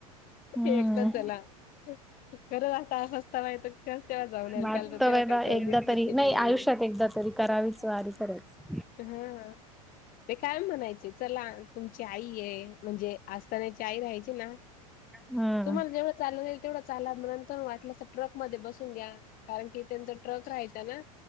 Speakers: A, in the centre; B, on the left (about 45°).
A: हम्म.
B: एकदा चला. खरंच आता असं असताना तेच तेव्हा जाऊन यायला
A: वाटतं
B: पाहिजेल होतं तेव्हा काही
A: बा
B: गर्दीच
A: एकदा तरी
B: आहे की नाही.
A: आयुष्यात एकदा तरी करावीच वारी खरंच.
B: हा अ. ते काय म्हणायचे चला तुमची आई आहे म्हणजे असतानाची आई राहायची ना.
A: हम्म
B: तुम्हाला जेवढं चालायला येईल तेवढं चाला मग नंतर वाटलंस तर ट्रक मध्ये बसून घ्या. कारण कि त्यांचा ट्रक रहायचा ना.